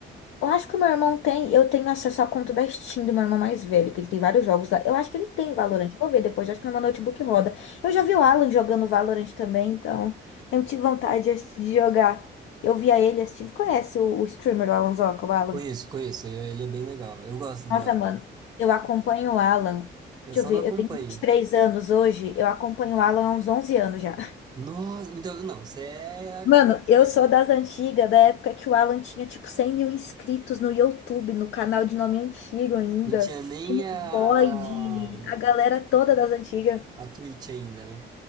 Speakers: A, on the left; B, on the right.
A: Eu acho que o meu irmão tem, eu tenho acesso à conta da Steam do meu irmão mais velho, que ele tem vários jogos lá. Eu acho que ele tem Valorant. Eu Vou ver depois, eu acho que no meu notebook roda. Eu já vi o Alan jogando Valorant também, então eu tive vontade de ass- de jogar. Eu via ele assistindo. Conhece o, o streamer, o Alan Zoca, o Alan?
B: Conheço, conheço. Ele é bem legal. Eu gosto
A: Nossa,
B: do Alan.
A: mano, eu acompanho o Alan.
B: Eu
A: Deixa
B: só
A: eu ver,
B: não acompanho.
A: eu tenho vinte e três anos hoje, eu acompanho o Alan há uns 11 anos já.
B: Nossa, então não, você é, a-
A: Mano,
B: você
A: eu
B: é-
A: sou das antigas, da época que o Alan tinha tipo 100 mil inscritos no YouTube, no canal de nome antigo ainda.
B: não tinha nem
A: Tinha o
B: a
A: Void, a galera toda das antigas.
B: a Twitch ainda, né?